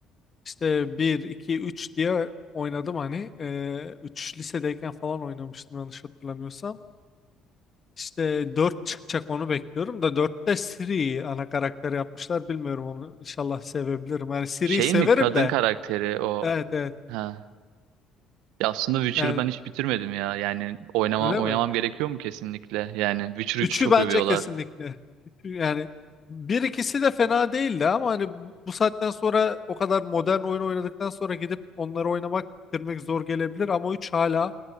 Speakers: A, on the left (about 40°); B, on the right (about 70°).
A: İşte bir iki 3 diye oynadım hani. Ee, 3 lisedeyken falan oynamıştım yanlış hatırlamıyorsam. İşte 4 çıkacak onu bekliyorum da dörtte Siri ana karakter yapmışlar. Bilmiyorum onu inşallah sevebilirim. Yani Siri'yi
B: Şey
A: severim
B: mi kadın
A: de.
B: karakteri o
A: Evet evet.
B: ha. Ya aslında Witcher'ı
A: Yani
B: ben hiç bitirmedim ya. Yani oynamam
A: öyle
B: oynamam
A: mi?
B: gerekiyor mu kesinlikle? Yani Witcher 3'ü
A: üçü
B: çok
A: bence
B: övüyorlar.
A: kesinlikle. 3'ü yani bir ikisi de fena değildi ama hani bu saatten sonra o kadar modern oyun oynadıktan sonra gidip onları oynamak bitirmek zor gelebilir ama 3 hala